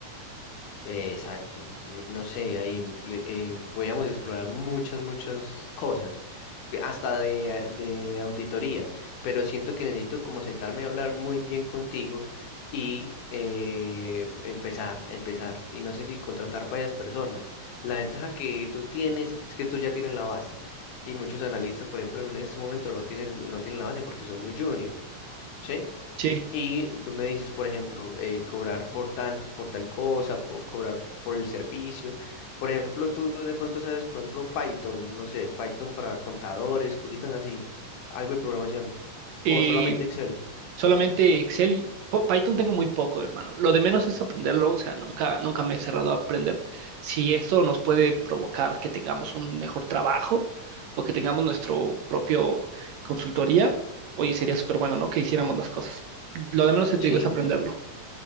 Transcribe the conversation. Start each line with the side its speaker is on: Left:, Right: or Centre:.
Left: Eh, Exacto, N- no sé, ahí le- eh, podíamos explorar muchas, muchas cosas, que hasta de, a- de auditorías, pero siento que necesito como sentarme a hablar muy bien contigo y eh, empezar, empezar, y no sé si contratar varias personas. La ventaja que tú tienes es que tú ya tienes la base, y muchos analistas, por ejemplo, en este momento no tienen, no tienen la base porque son muy junior, ¿sí?
Right: Sí.
Left: Y tú me dices, por ejemplo, eh, cobrar por tan, por tal cosa, po- cobrar por el servicio. Por ejemplo, tú de pronto sabes, por ejemplo, Python, no sé, Python para contadores, cositas así, algo de programación.
Right: Eh,
Left: O solamente Excel.
Right: Solamente Excel y Po- Python tengo muy poco, hermano. Lo de menos es aprenderlo, o sea, nunca, nunca me he cerrado a aprender. Si eso nos puede provocar que tengamos un mejor trabajo o que tengamos nuestro propio consultoría, oye, sería súper bueno, ¿no? Que hiciéramos las cosas. Lo de menos te
Left: Sí,
Right: digo es aprenderlo.